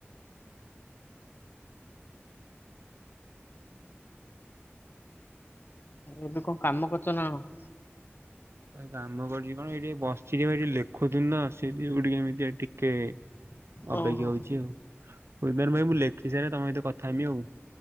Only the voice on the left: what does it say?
ଏବେ କଣ କାମ କରୁଛ ନା କଣ।
ଓହୋ